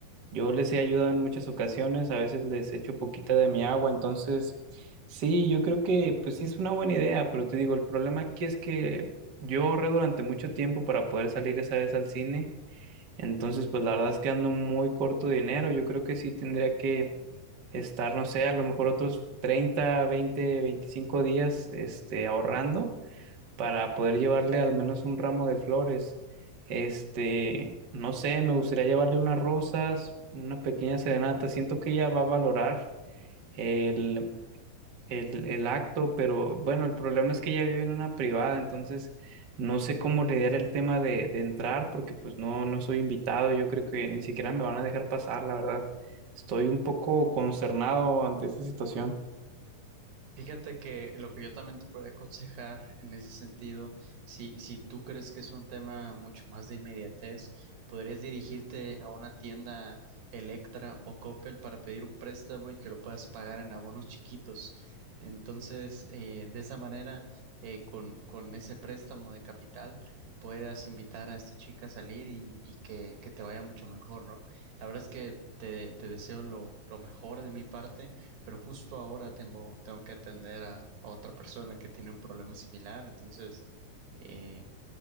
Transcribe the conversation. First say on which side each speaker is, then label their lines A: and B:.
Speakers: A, on the right; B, on the right.
A: Yo les he ayudado en muchas ocasiones, a veces les echo poquita de mi agua, entonces sí, yo creo que pues sí es una buena idea, pero te digo, el problema aquí es que yo ahorré durante mucho tiempo para poder salir esa vez al cine, entonces pues la verdad es que ando muy corto de dinero, yo creo que sí tendría que estar, no sé, a lo mejor otros 30, 20, 25 días este, ahorrando para poder llevarle al menos un ramo de flores. Este, no sé, me gustaría llevarle unas rosas, una pequeña serenata. Siento que ella va a valorar el, el, el acto, pero bueno, el problema es que ella vive en una privada, entonces no sé cómo lidiar el tema de, de entrar porque pues no, no soy invitado. Yo creo que ni siquiera me van a dejar pasar, la verdad. Estoy un poco consternado ante esta situación.
B: Fíjate que lo que yo también te podría aconsejar en ese sentido, si, si tú crees que es un tema mucho más de inmediatez, podrías dirigirte a una tienda Electra o Coppel para pedir un préstamo y que lo puedas pagar en abonos chiquitos. Entonces, eh, de esa manera, eh, con, con ese préstamo de capital, puedas invitar a esta chica a salir y, y que, que te vaya mucho mejor, ¿no? La verdad es que te, te deseo lo, lo mejor de mi parte pero justo ahora tengo, tengo que atender a otra persona que tiene un problema similar, entonces eh,